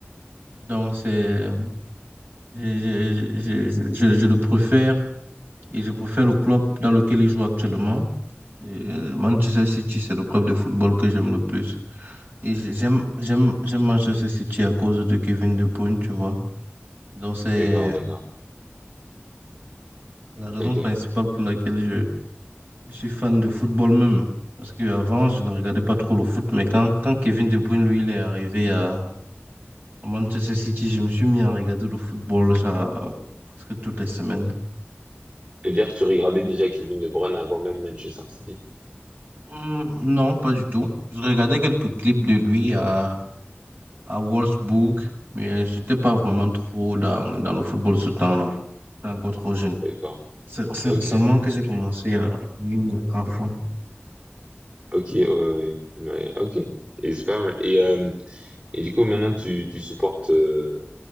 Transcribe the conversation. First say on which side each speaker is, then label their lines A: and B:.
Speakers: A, on the right; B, on the right.
A: Donc, c'est, je, je, je, je, je- je le préfère et je préfère le club dans lequel il joue actuellement. Euh, Manchester City, c'est le club de football que j'aime le plus. Et j- j'aime, j'aime, j'aime Manchester City à cause de Kevin De Bruyne, tu vois. Donc, c'est
B: d'accord, d'accord.
A: la raison
B: Ok.
A: principale pour laquelle je Je suis fan de football même. Parce qu'avant, je ne regardais pas trop le foot. Mais quand, quand Kevin De Bruyne, lui, il est arrivé à à Manchester City, je me suis mis à regarder le football genre, presque toutes les semaines.
B: C'est-à-dire, tu regardais déjà Kevin De Bruyne avant même Manchester City?
A: Hmm, non, pas du tout. Je regardais quelques clips de lui à, à Wolfsburg. Mais j'étais pas vraiment trop dans, dans le football ce temps-là. J'étais encore trop jeune.
B: D'accord.
A: C'est c'est
B: Ok.
A: récemment que j'ai commencé à m'y mettre à fond.
B: Ok, ouais, ouais, ouais. ok, et c'est pas mal. Et, euh, et du coup, maintenant, tu, tu supportes euh,